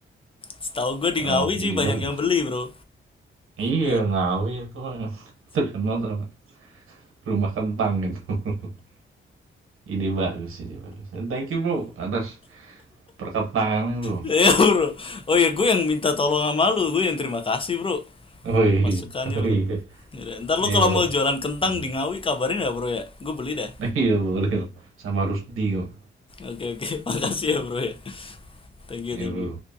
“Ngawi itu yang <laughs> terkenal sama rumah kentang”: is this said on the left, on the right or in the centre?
Right